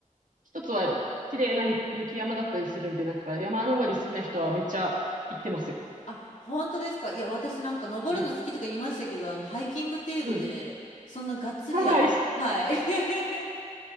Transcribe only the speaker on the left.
あ、本当ですか。いや、私なんか登るの好きとか言いましたけど、
あの、ハイキング程度で、
そんながっつりあの、
はい。<laughs>